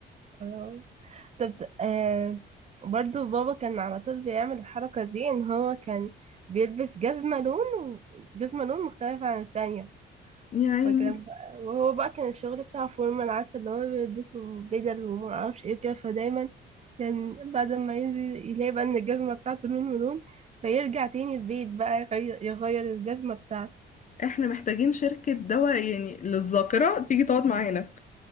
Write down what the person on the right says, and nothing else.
آه. طب آه برضو بابا كان على طول بيعمل الحركه دي ان هو كان بيلبس جزمه لون وجزمه لون مختلفه عن التانية
فكان بقى وهو بقى كان الشغل بتاع فورمان عارفة ان هو بيلبسوا بدل وما اعرفش ايه كده فدايما كان بعد ما ينزل يلاقي بقى ان الجزمة بتاعته لون من لون فيرجع تاني البيت بقى يغير, يغير الجزمة بتاعته